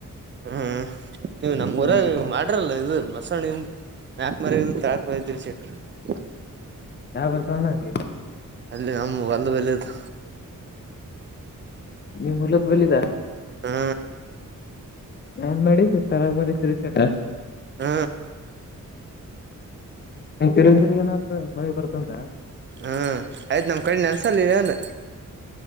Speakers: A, on the right (about 35°); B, on the left (about 30°).
A: ಹ್ಮ್, ನೀವು ನಮ್ಮ್ ಊರ
B: ಹ್ಮ್
A: ಮಾಡ್ದರಲ್ಲ ಇದು ಬಸವಣಿಂದ ಮ್ಯಾಕ್ ಮಾರ್ಯಾಗಿದ್ದದ ತಳ್ಮಾರಗ. ಪವಿತ್ರಿ ಸೇಟರು... <unintelligible>
B: ದಾ ಬರ್ಸ ಒನ್ನ ಅಲ್ಲಿ <unintelligible>
A: ಅಲ್ಲಿ ನಮ ಒಲ್ದ ಬಲ್ಲಿದು.
B: ನಿಮ್ ಹೊಲದ್ ಬಲಿದಾ
A: ಹಾ,
B: ನಾನ್ ಮಾಡಿದ್ದು ತರಗ ಮರಿ ಶುರುಷ <unintelligible> <inaudible>
A: ಹ್ಮ್
B: ಈ ತಿರಿದಿರಿ ಏನತ ಮಳೆ ಬರ್ತಂತ
A: ಹ್ಮ ಆಯ್ತು ನಮ್ ಕಡೆ ನೆಲ್ಸಲ್ಲಾ ನೀವೇನ್